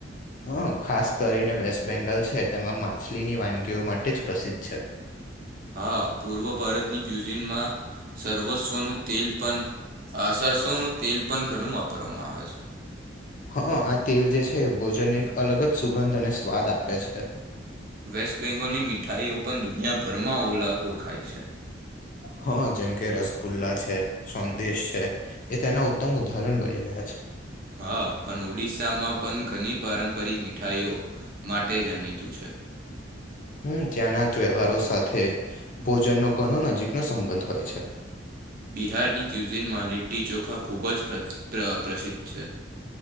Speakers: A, on the left; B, on the right.
A: અ ખાસ કરીને વેસ્ટ બેંગાલ છે એમાં માછલીની વાનગીઓ માટે જ પ્રસિદ્ધ છે.
B: હા પૂર્વ ભારતની ક્યુઝીનમાં સર્વસ્વનું તેલ પણ આ સરસોનું તેલ પણ ઘણું વાપરવામાં આવે છે,
A: હા, આ તેલ જે છે ભોજનને એક અલગ જ સુગંધ અને સ્વાદ આપે છે,
B: વેસ્ટ બેંગોલની મીઠાાઈઓ પણ દુનિયાભરમાં ઓ ઓળખાય છે,
A: હા, જેમકે રસગુલ્લા છે સોદેશ છે એ તેના ઉત્તમ ઉદાહરણ બની રહ્યા છે.
B: હા, પણ ઓડિસ્શસામાં પણ ઘણી પારંપરિક મીઠાઈઓ માટે જાણીતું છે.
A: હમ્મ ત્યાંના તહેવારો સાથે ભોજનનો ઘણો નજીકનો સંબંધ હોય છે,
B: બિહારની ક્યુઝીનમાં લિટ્ટી ચોખા ખૂબ જ પ્ર પ્રસિદ્ધ છે.